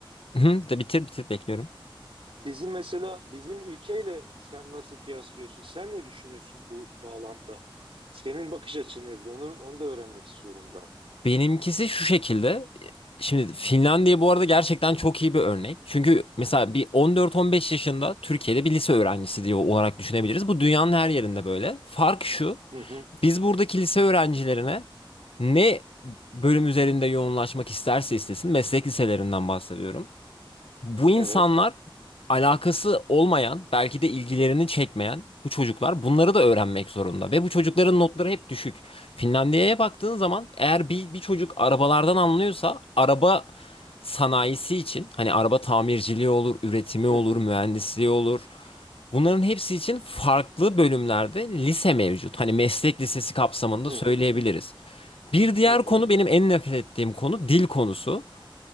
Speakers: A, on the left; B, on the right.
A: Hı, de bitir bitir bekliyorum.
B: bizim mesela bizim ülkeyle sen nasıl kıyaslıyorsun? Sen ne düşünüyorsun bu bağlamda? Senin bakış açın nedir? Onu onu da öğrenmek istiyorum ben.
A: Benimkisi şu şekilde. Şimdi Finlandiya bu arada gerçekten çok iyi bir örnek. Çünkü mesela bir 14-15 yaşında Türkiye'de bir lise öğrencisi diye olarak düşünebiliriz. Bu dünyanın her yerinde böyle. Fark şu.
B: Hı hı.
A: Biz buradaki lise öğrencilerine ne bölüm üzerinde yoğunlaşmak isterse istesin meslek liselerinden bahsediyorum. Bu insanlar
B: Evet.
A: alakası olmayan, belki de ilgilerini çekmeyen bu çocuklar bunları da öğrenmek zorunda. Ve bu çocukların notları hep düşük. Finlandiya'ya baktığın zaman eğer bir, bir çocuk arabalardan anlıyorsa araba sanayisi için hani araba tamirciliği olur, üretimi olur,
B: Hı hı.
A: mühendisliği olur. Bunların hepsi için farklı bölümlerde lise mevcut. Hani meslek lisesi kapsamında
B: Hı
A: söyleyebiliriz.
B: hı.
A: Bir diğer
B: Hı hı.
A: konu benim en nefret ettiğim konu dil konusu.